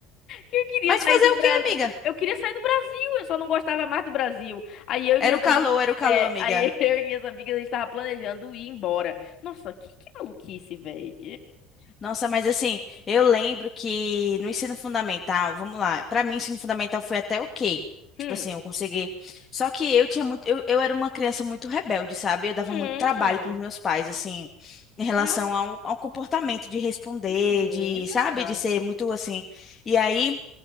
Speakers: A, on the left; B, on the left.
A: que eu queria
B: Mas
A: sair
B: fazer
A: do
B: o
A: Brasil.
B: quê, amiga?
A: Eu queria sair do Brasil, eu só não gostava mais do Brasil. Aí eu e minhas
B: Era o
A: amigas.
B: calor, era o calor,
A: é,
B: amiga.
A: aí <laughs> eu e minhas amigas, a gente tava planejando ir embora. Nossa, que, que maluquice, velho.
B: Nossa, mas assim, eu lembro que no ensino fundamental, vamos lá, pra mim ensino fundamental foi até ok.
A: Hum.
B: Tipo assim, eu consegui. Só que eu tinha muito, eu, eu era uma criança muito rebelde, sabe? Eu dava
A: Hum.
B: muito trabalho pros meus pais, assim, em relação
A: Ra-
B: ao, ao comportamento de responder,
A: Menina.
B: de, sabe, de ser muito assim. E aí,